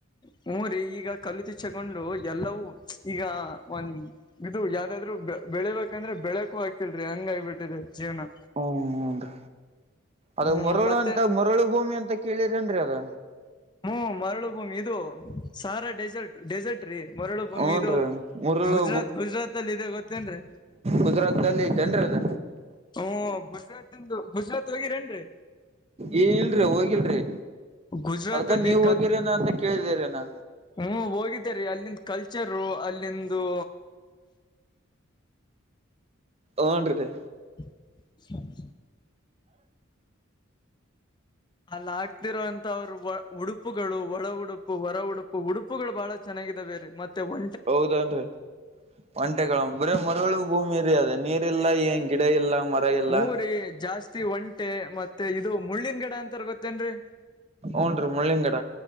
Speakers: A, on the left; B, on the right.
A: ಹಊ ರರಿ ಈಗ ಕಲ್ಲತಿು ಚಗೊಂಡು ಎಲ್ಲವೂ ಈಗ ಒಂದ ಇದು ಯಾವ್ದಾದ್ರು ಬೆಳಿಬೇಕಂದ್ರೆ ಬೆಳಕು ಆಗ್ತಿಲ್ರರಿ ಹಂಗ ಆಗಬಿಟ್ಟಿದೆ ಜೀವನ
B: ಹ್ಮ ಹನ್ೀ ಅದ
A: ಹ್ಮ್
B: ಮರಳು
A: ಮತ್ತೆ
B: ಅಂತ ಮರಳು ಭೂಮಿ ಅಂತ ಕೇಳಿದ್ರೇನ್ರರಿ ಅದ
A: ಹ್ಮ್ ಮರಳು ಬೂಮ್ ಇದು ಸಾರಾ ಡೆಸರ್ಟ್ ಡೆಸರ್ಟ್ ೀ ಮರಳು ಭೂಮಿ
B: ಹೂನ್ರಿ
A: ಇದು
B: ಮುರುಳು
A: ಗುಜರಾತ್ ಗುಜರಾತ್ ಅಲ್ಲಿ ಇದದೆ ಗೊತ್ತೇನ್ರೀ
B: ಗುಜರಾತ್ ಅಲ್ಲಿ ಜನರ ಅದ
A: ಹ್ಮ ಗುಜರಾತ್ಂದು ಗುಜರಾತ್ ಹೋಗಿರೇನ್ರಿ
B: ಈ ಇಲ್ರಿ ಹೋಗಿಲ್ರಿ
A: ಗುಜರಾತ್
B: ಅದ್ಕ
A: ಅಲ್ಲಿ
B: ನೀವ್ ಹೋಗಿರೇನ ಅಂತ ಕೇಳಿದಿರೇನಾ
A: ಹೂ ಹೋಗಿದ್ದೇರಿ ಅಲ್ಲಿಂದ ಕಲ್ಚರು ಅಲ್ಲಿಂದು
B: ಹೊಂಡ್ರ ಲೆ
A: ಹ <inaudible> ನನ್ನ ಆಗ್ತಿರೋಂತವರು ಉಡುಪುಗಳು ಒಳ ಉಡುಪು ಹೊರ ಉಡುಪು ಉಡುಪು ಉಡುಪಗಳು ಬಾಳ ಚೆನ್ನಾಗಿದೆ ರಿ ಮತ್ತೆ ಒ
B: ಹೌದನ್ರಿ ಒಂಟೆಗಳ ಬರೀ ಮರಳು ಭೂಮಿ ಅದು ನೀರ್ ಇಲ್ಲ ಏನ್ ಗಿಡ ಇಲ್ಲ ಮರ ಇಲ್ಲ
A: ಊರಿ ಜಾಸ್ತಿ ಒಂಟೆ ಮತ್ತೆ ಇದು ಮುಳ್ಳನ್ ಗಿಡ ಅಂತಾರ ಗೊತ್ತೇನ್ರರಿ
B: ಹೊಂಡ್ರಿ ಮುಳ್ಳಿನ ಗಿಡ